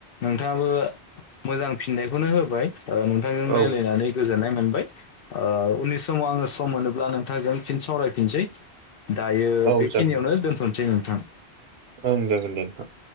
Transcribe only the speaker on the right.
ओं
औ
जागोन दे
ओं जागोन दे नोंथां।